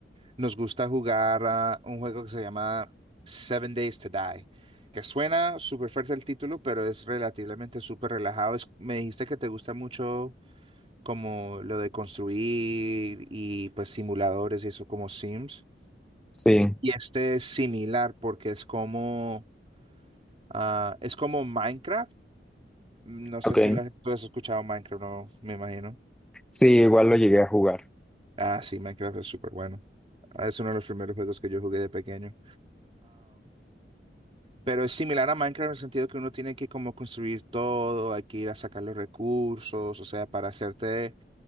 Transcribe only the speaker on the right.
nos gusta jugar a un juego que se llama Seven Days to Die, que suena súper fuerte el título, pero es relativamente súper relajado. Es- me dijiste que te gusta mucho como lo de construir y pues simuladores y eso como Sims.
Y este es similar porque es como, ah, es como Minecraft. Mm, No sé
si lo has, tú has escuchado Minecraft, no, me imagino.
Ah, sí, Minecraft es súper bueno. Ah, Es uno de los primeros juegos que yo jugué de pequeño. Pero es similar a Minecraft en el sentido que uno tiene que como construir todo, hay que ir a sacar los recursos, o sea, para hacerte